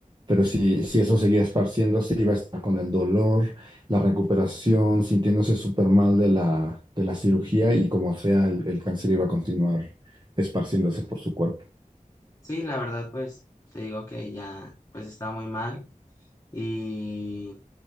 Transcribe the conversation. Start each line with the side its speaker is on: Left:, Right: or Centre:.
Right: Pero si, si eso seguía esparciéndose, iba a estar con el dolor, la recuperación, sintiéndose súper mal de la, de la cirugía y como sea, el, el cáncer iba a continuar esparciéndose por su cuerpo.
Left: Sí, la verdad, pues te digo que ya, pues está muy mal y